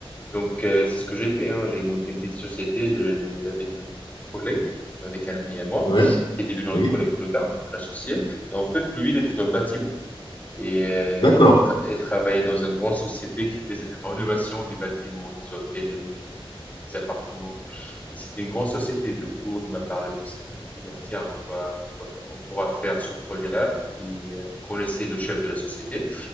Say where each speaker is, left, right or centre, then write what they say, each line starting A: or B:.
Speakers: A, on the left; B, on the left.
A: Donc, euh, c'est ce que j'ai fait. Hein. J'ai monté une petite société j'ai- avec un collègue, avec un ami à moi,
B: ouais,
A: qui est devenu un
B: oui.
A: collègue plus tard, un associé. Et en fait, lui, il était dans le bâtiment. Et euh,
B: D'accord,
A: elle, tra- elle travaillait dans une grande société qui faisait la rénovation des bâtiments, des hôtels, des, des appartements. Et c'était une grande société. Du coup, elle m'a parlé de ça. Elle dit, bah, tiens, on va, on va faire- on pourra faire ce projet-là. Et euh, elle connaissait le chef de la société.